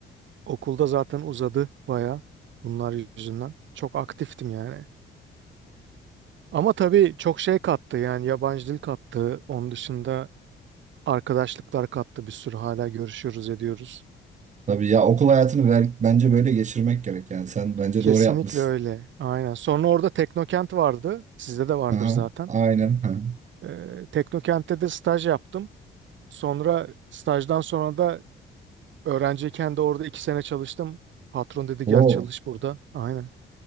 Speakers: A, on the right (about 70°); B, on the right (about 40°).
A: Okulda zaten uzadı baya bunlar yüzünden. Çok aktiftim yani. Ama tabii çok şey kattı yani yabancı dil kattı. Onun dışında arkadaşlıklar kattı bir sürü hala görüşüyoruz ediyoruz.
B: Tabii ya okul hayatını ver- bence böyle geçirmek gerek yani. Sen bence
A: Kesinlikle
B: doğru yapmışsın.
A: öyle. Aynen. Sonra orada Teknokent vardı. Sizde de vardır
B: Aha,
A: zaten.
B: aynen. Ha.
A: Ee, Teknokent'te de staj yaptım. Sonra stajdan sonra da öğrenciyken de orada iki sene çalıştım. Patron dedi
B: Oo.
A: gel çalış burada. Aynen.